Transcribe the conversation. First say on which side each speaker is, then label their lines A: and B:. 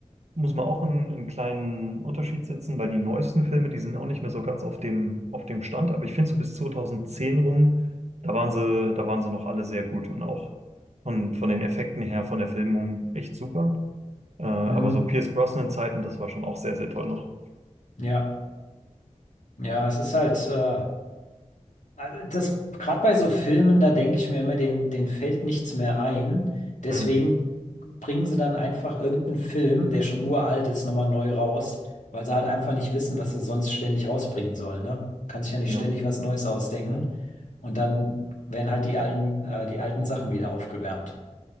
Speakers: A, on the right (about 60°); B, on the left (about 75°).
A: muss man auch einen, einen kleinen Unterschied setzen, weil die neuesten Filme, die sind auch nicht mehr so ganz auf dem, auf dem Stand, aber ich finde so bis 2010 rum, da waren sie, da waren sie noch alle sehr gut und auch von, von den Effekten her, von der Filmung echt super. Äh, aber
B: Hm,
A: so Pierce Brosnan-Zeiten, das war schon auch sehr, sehr toll noch.
B: ja, ja, es ist halt. Äh, Also das, gerade bei so Filmen, da denke ich mir immer, den, den fällt nichts mehr ein. Deswegen
A: Hm,
B: bringen sie dann einfach irgendeinen Film, der schon uralt ist, nochmal neu raus, weil sie halt einfach nicht wissen, was sie sonst ständig rausbringen sollen, ne? Kann sich ja nicht
A: ja.
B: ständig was Neues ausdenken. Und dann werden halt die alten, äh, die alten Sachen wieder aufgewärmt.